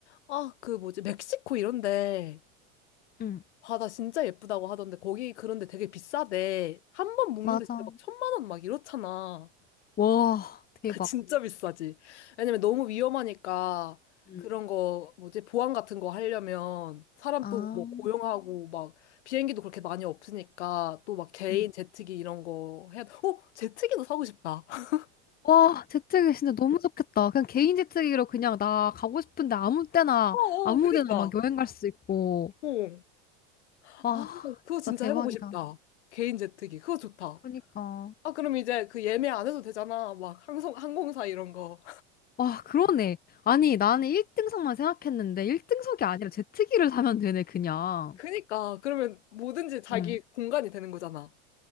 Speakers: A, on the left; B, on the left.
A: 아, 그 뭐지? 멕시코 이런데.
B: 응,
A: 바다 진짜 예쁘다고 하던데 거기 그런데 되게 비싸대. 한 번 묵는데
B: 맞아.
A: 진짜 막 천만 원 막 이렇잖아.
B: 와, 대박.
A: <laughs> 진짜 비싸지. 왜냐면 너무 위험하니까
B: 응,
A: 그런 거 뭐지 보안 같은 거 하려면 사람
B: 아.
A: 또 뭐 고용하고 막 비행기도 그렇게 많이 없으니까 또 막 개인
B: 응.
A: 제트기 이런 거 해야 돼. 어, 제트기도 사고 싶다. <laughs>
B: 와, 재트기 진짜 너무 좋겠다. 그냥 개인 재트기로 그냥 나 가고 싶은데 아무 때나,
A: 어, 어,
B: 아무
A: 그니까.
B: 데나 막 여행 갈 수 있고.
A: 어.
B: 와,
A: 아, 그거
B: 진짜
A: 진짜
B: 대박이다.
A: 해보고 싶다. 개인 제트기. 그거 좋다.
B: 그니까.
A: 아, 그럼 이제 그 예매 안 해도 되잖아. 막 항공, 항공사 이런 거.
B: 와, 그러네. 아니, 나는 1등석만 생각했는데 1등석이 아니라 제트기를 사면 되네, 그냥.
A: 그니까 그러면 뭐든지 자기
B: 응.
A: 공간이 되는 거잖아.